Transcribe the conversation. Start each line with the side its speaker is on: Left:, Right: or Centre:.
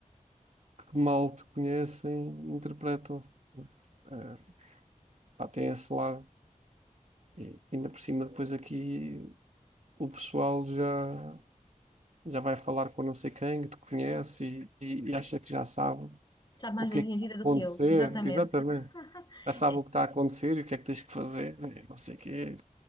Right: que mal te conhecem interpretam. Eh, pá, tem esse lado. E ainda por cima, depois aqui o pessoal já, já vai falar com não sei quem que te conhece e, e- e acha que já sabe.
Left: Sabe mais
Right: o que
Left: da
Right: é
Left: minha
Right: que está
Left: vida
Right: a acontecer,
Left: do que eu, exatamente.
Right: exatamente. Já sabe
Left: É,
Right: o que está a acontecer e o que é que tens que fazer, e não sei o quê.